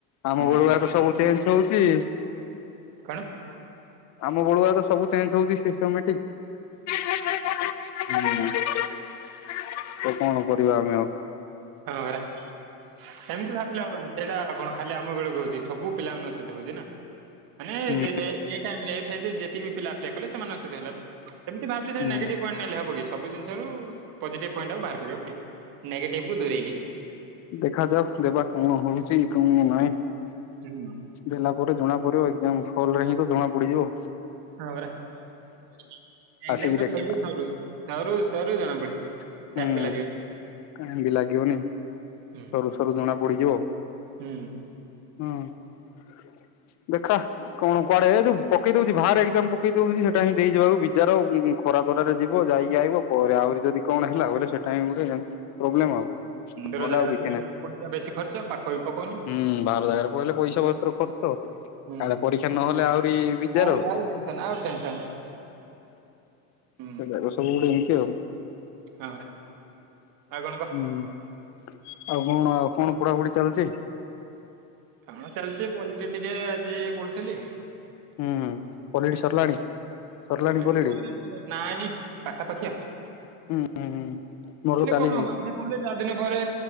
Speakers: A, on the left; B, on the right.
A: ଆମ
B: ହୁଁ।
A: ବେଳୁଆ ତ ସବୁ ଚେଞ୍ଜ ହଉଛି।
B: କଣ?
A: ଆମ ବଳୁଆ ତ ସବୁ ଚେଞ୍ଜ ହଉଚି ସିଷ୍ଟୋମେଟିକ। <inaudible> ହୁଁ ତ କଣ କରିବା ଆମେ ଆଉ।
B: ହଁ ରା। <inaudible> ସେମିତି ଭାବିଲେ ହବନି ସେଇଟା କଣ ଖାଲି ଆମ ବେଳକୁ ହଉଛି ସବୁ ପିଲାମାନଙ୍କ ସହିତ ହଉଛି ନା। <inaudible> ମାନେ <unintelligible>
A: ହୁଁ।
B: ଏଇ ଟାଇମରେ ଫେଜରେ ଯେତିକି ପିଲା କଲେ ସେମାନଙ୍କ ସହିତ ହେଲା ନା ସେମତି ଭାବିଲି
A: ହୁଁ
B: ସେ ନେଗେଟିଭ ପଏଣ୍ଟ ନେଲେ ହବ କି। ସବୁ ଜିନିଷରୁ ପଜିଟିଭ୍ ପଏଣ୍ଟଟାକୁ ବାହାର କରିବାକୁ ପଡ଼ିବ ନେଗେଟିଭ୍ କୁ ଦୂରେଇକି।
A: ଦେଖାଯାଉ ଦେବା କଣ ହଉଛି କଣ ନାହିଁ।
B: ହୁଁ। <unintelligible>
A: ଦେଲା ପରେ ଜଣା ପଡି଼ବ ଏକଜାମ ହଲ୍ ରେ ହିଁ ତ ଜଣା ପଡି଼ଯିବ।
B: ହଁ ବରା ଏକ୍ଜାମ
A: ଆସିକି
B: ଟା
A: ଦେଖ
B: ସରୁ -ସରୁ -ସରୁ- ସରୁ ଜଣା ପଡି
A: ହୁଁ
B: ଟାଇମ ବି ଲାଗିବନି।
A: କାହିଁକି ଲାଗିବନି
B: ହୁଁ।
A: ସରୁ ସରୁ ଜଣା ପଡି଼ଯିବ।
B: ହୁଁ।
A: ହୁଁ ଦେଖ। କଣ କୁଆଡେ଼ ଯୋଉ ପକେଇ ଦଉଛି ବାହାରେ ଏକ୍ଜାମ ପକେଇ ଦଉଛି ସେଇଟା ହିଁ ଦେଇବାକୁ ବିଜାର ଖରା ତରାରେ ଯିବ ଯାଇକି ଆଇବ ପରେ ଆହୁରି ଯଦି କଣ ହେଲା ବୋଇଲେ ସେଟା ହିଁ ଗୋଟେ <unintelligible> ପ୍ରୋବ୍ଲେମ ଆଉ।
B: ଦୂର
A: ନହଲେ
B: ଜାଗାରେ
A: ଆଉ କିଛି
B: ପଇଲେ
A: ନାହିଁ।
B: ପଇସା ବେଶୀ ଖର୍ଚ୍ଚ ପାଖ ବି ପକଉନି।
A: ହୁଁ ବାହାର ଜାଗାରେ ପଈଲେ ପଇସା ପତ୍ର ଖର୍ଚ୍ଚ
B: ହୁଁ।
A: କାଳେ ପରୀକ୍ଷା ନହେଲେ ଆହୁରି ବିଯାର
B: ଆହୁରି
A: ହୁଁ।
B: ଆଉ ଟେନସନ ଆଉ ଟେନସନ ହୁଁ
A: ସେ ଜାଗ ସବୁ ଗୁଟେ ଏମିତି ଆଉ।
B: ହଁ ପରା ଆଉ କଣ କହ?
A: ହୁଁ ଆଉ କଣ ଆଉ କଣ ପୁଢା଼ପୁଢ଼ି ଚାଲିଛି?
B: କଣ ଚାଲିଛି ପଲିଥିମ୍ ଟିକେ ଆଜି ପଢୁଥିଲି।
A: ହୁଁ ହୁଁ ପଲିଡି ସରିଲାଣି ସରିଲାଣି
B: କଣ
A: ପଲିଡି
B: କ ନା ପାଖାପାଖିଆଉ <inaudible>
A: ହୁଁ ହୁଁ ହୁଁ ମୋର ଚାଲିଛି।
B: କଣ ହବ ଆଜି ପଢିଲେ ଚାରି ଦିନ ପରେ